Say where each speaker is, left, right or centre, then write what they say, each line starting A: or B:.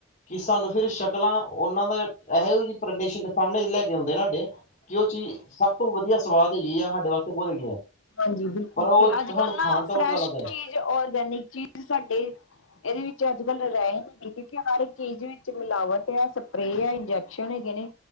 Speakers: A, on the left (about 40°); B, on the left (about 80°).
A: ਕਿ ਸਾਨੂੰ ਫਿਰ ਸ਼ਕਲਾਂ ਉਨਾਂ ਦਾ ਇਹੋ ਜਿਹੀ ਪ੍ਰਡਸ਼ਨ ਸਾਹਮਣੇ ਲੈ ਕੇ ਆਦੇ ਹਾਡੇ ਕਿ ਓ ਚੀਜ਼ ਸਭ ਤੋਂ ਵਧੀਆ ਸਵਾਦ ਹੈਗੀ ਆ ਸਾਡੇ ਵਾਸਤੇ ਬਹੁਤ ਹੈਗੀ ਆ
B: ਹਾਂਜੀ ਬਿਲਕੁਲ
A: ਪਰ
B: ਜੀ
A: ਉਹ
B: ਅੱਜ
A: ਸਾਨੂੰ
B: ਕਲ ਨਾ
A: ਖਾਣ ਤੋਂ
B: ਫਰੈਸ਼
A: ਪਤਾ ਲੱਗਦਾ
B: ਚੀਜ ਤੇ ਔਰਗੈਨਿਕ ਚੀਜ਼ ਸਾਡੇ ਇਦੇ ਵਿੱਚ ਅੱਜ ਕੱਲ ਰੈ ਨੀ ਗੇ ਕਿਉਂਕਿ ਹਰ ਇੱਕ ਚੀਜ਼ ਵਿੱਚ ਮਿਲਾਵਟ ਆ ਸਪਰੇ ਆ ਇੰਜੈਕ ਚਲੇ ਗਏ ਨੇ।